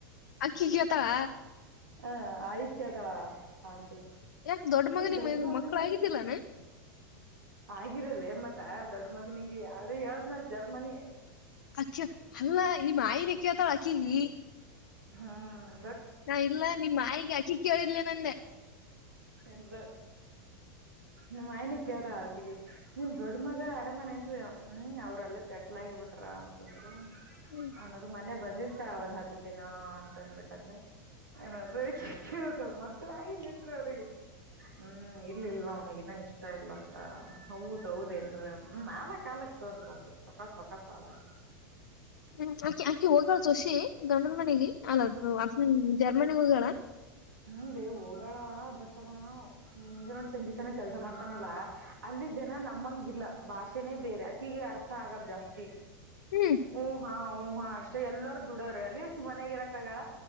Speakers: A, on the left; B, on the right.
A: ಅಕ್ಕಿಗೇತಾಳ
B: ಹ ಆಯಕತಳ ಆಂಟಿ
A: ಯಾಕ ದೊಡ್ಡ
B: ನಿಮ್
A: ಮಗನ ನಿ
B: ಮಗನೇ
A: ಮಕ್ಳ ಆಗಿದ್ದಿಲ್ಲಾನ
B: ಆಗಿರಲ್ಲ ಮತ್ತ ದೊಡ್ಡ ಮಗನಿಿಗೆ ಅ ಹೇಳ್ದ್ನಲ್ ಜರ್ಮನಿ
A: ಅಕ್ಕ್ಯ ಅಲ್ಲಾ ನಿಮ್ಮ ಆಯನೆ ಕತರಾಕಿ ಹ
B: ಹ್ಮ
A: ನಾ ಇಲ್ಲ ನಿಮ್ಮ ಆಯಿಗೆ ಅಕ್ಕಿ ಕೇಳಿಲ್ಲಲೇ ನಂದೆ
B: ಎಂತ ನಿಮ್ಮಯನ ಕೇಳ್ದ ಅವಕಿಗೆ ನಿಮ ದೊಡ್ ಮಗ ಅರಾಮನೆ ನ್ೀ ಹ್ಮ್ ಅವ್ರಲ್ಲೇ ಸೆಟ್ಲ್ ಆಗಿಬಿಟ್ರ ಅಂತಂದ್ರರು
A: ಹ್ಮ್
B: ಹನದು ಮೊೆ ಬಂದಿದ್ದ ಒಂದ್ ಹತ್ತು ದಿನ ಅಂತಂದಬಿಟ್ಟಂದ ಏನಾದ್ರೂ ಮಕ್ಕಳ ಆಾಗಿಿಲ್ಲವರೆರಿಗೆ ಹ್ಮ್ ಇಲ್ಲ ಇಲ್ಲ ನನಗನ್ನ ಇಷ್ಟ ಇಲ್ಲಂತ ಹೌದೌದ ಏನ್ರ ಹ ನಾಲಕ್ ಕಾಲಕ್ ತೋರ್ಸ ಸಕ ಸಕಾಲಕ್
A: ಹ್ಮ್ ಅಕಿ ಆಕಿ ಹೋಗ್ಾಳ ಸೋಷಿ ಗಂಡದ ಮನೆಗೆ ಅಲ್ಲ ಹಸ ಜರ್ಮನಿಗ್ ಹೋಗಳ
B: ಹ್ಮ ರೀ ಹೋಗೋಳ ಬಟ್ ಮುಂಜಾನ ಸಂಜಿತನ ಕೆಲ್ಸ ಮಾಡ್ತಾನಲ್ಲ ಅಲ್ಲಿ ಜನ ನಮಂಗಿಲ್ಲ ಭಾಷೆನೇ ಬೇರೆ ಆಕಗ ಅರ್ಥ ಆಗಲ್ಲ ಜಾಸ್ತಿ
A: ಹ್ಮ್
B: ಓ ಹಾ ಹ್ಮ್ ಹಾ ಅಷ್ಟೇ ಎಲ್ಲಾರೂ ದುಡೋ್ರರಿ ಅಲ್ಲಿ ಯಾಕಿ ಮನೆಗಿರಾಕಗಳ